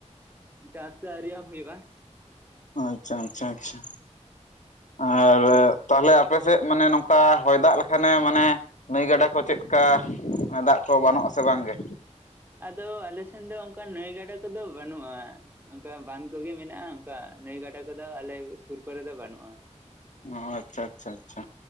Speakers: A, on the right; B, on the left.
A: ᱪᱟᱥ ᱫᱚ ᱟᱹᱣᱨᱤ ᱮᱦᱚᱵ ᱦᱩᱭᱩᱜᱼᱟ
B: ᱟᱪᱪᱷᱟ ᱟᱪᱪᱷᱟ ᱟᱪᱪᱷᱟ ᱟᱨ
A: ᱦᱮᱸ
B: ᱛᱟᱦᱞᱮ ᱟᱯᱮ ᱥᱮᱫ ᱢᱟᱱᱮ ᱱᱚᱝᱠᱟ ᱦᱚᱭ ᱫᱟᱜ ᱞᱮᱠᱷᱟᱱᱮ ᱢᱟᱱᱮ ᱱᱟᱹᱭ ᱜᱟᱰᱟ ᱠᱚ ᱪᱮᱫᱠᱟ ᱫᱟᱜ ᱠᱚ ᱵᱟᱱᱚᱜᱼᱟ ᱥᱮ ᱵᱟᱝ ᱜᱮ
A: ᱟᱫᱚ ᱟᱞᱮᱥᱱ ᱫᱚ ᱚᱱᱠᱟ ᱱᱟᱹᱭ ᱜᱟᱰᱟ ᱠᱚᱫᱚ ᱵᱟᱹᱱᱩᱜᱼᱟ ᱚᱱᱠᱟ ᱵᱟᱸᱫ ᱠᱚᱜᱮ ᱢᱮᱱᱟᱜᱼᱟ ᱚᱱᱠᱟ ᱱᱟᱹᱭ ᱜᱟᱰᱟ ᱠᱚᱫᱚ ᱟᱞᱮ ᱥᱩᱨ ᱠᱚᱨᱮ ᱫᱚ ᱵᱟᱹᱱᱩᱜᱼᱟ
B: ᱚ ᱟᱪᱪᱷᱟ ᱟᱪᱪᱷᱟ ᱟᱪᱪᱷᱟ᱾